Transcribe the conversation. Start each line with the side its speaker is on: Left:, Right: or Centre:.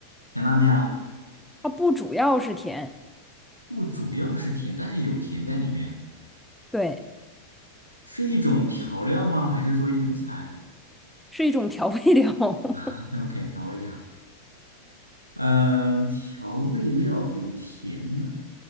Right: 甜辣酱
Centre: 它不主要是甜，
Right: 不主要是甜，但是有甜在里面，
Centre: 对，
Right: 是一种调料吗？还是说一种菜
Centre: 是一种调味料，<laughs>
Right: <laughs> 啊？OK，调味料，嗯、调味料有甜的，